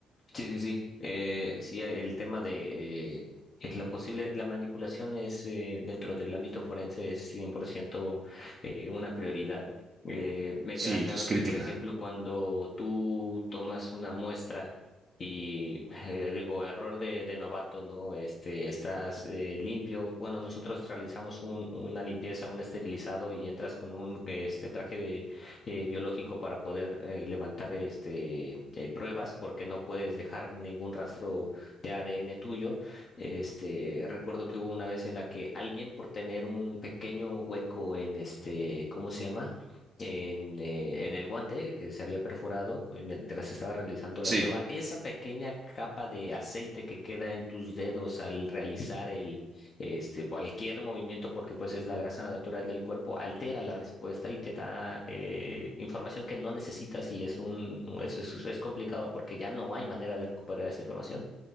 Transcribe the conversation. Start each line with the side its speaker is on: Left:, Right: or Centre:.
Left: Sí, sí, sí. Eh, sí, el tema de eh, es la posible, la manipulación es eh, dentro del ámbito forense es 100% eh, una prioridad. Eh, me
Right: Sí,
Left: queda claro
Right: es crítica.
Left: que, por ejemplo, cuando tú tomas una muestra y eh, digo error de, de novato, ¿no? Este, estás eh, limpio. Bueno, nosotros realizamos un- una limpieza, un esterilizado y entras con un este traje de eh, biológico para poder eh, levantar este, eh, pruebas porque no puedes dejar ningún rastro de ADN tuyo. Este, recuerdo que hubo una vez en la que alguien por tener un pequeño hueco en este, ¿cómo se llama? En, eh, en el guante que se había perforado eh, mientras estaba realizando la
Right: Sí,
Left: prueba, esa pequeña capa de aceite que queda en tus dedos al realizar el, este, cualquier movimiento, porque pues es la grasa natural del cuerpo, altera la respuesta y te da eh, información que no necesitas y es un, es, es, es complicado porque ya no hay manera de recuperar esa información.